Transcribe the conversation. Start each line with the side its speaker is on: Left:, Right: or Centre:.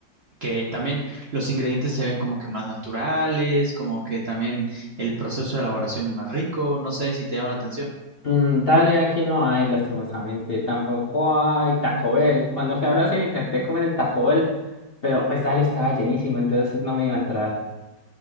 Right: que también los ingredientes se ven como que más naturales, como que también el proceso de elaboración es más rico, no sé si te llama la atención.
Left: Mm, Dale, aquí no hay, lastimosamente. Tampoco hay Taco Bell. Cuando fui a Brasil intenté comer el Taco Bell, pero pues dale, estaba llenísimo, entonces no me iba a entrar.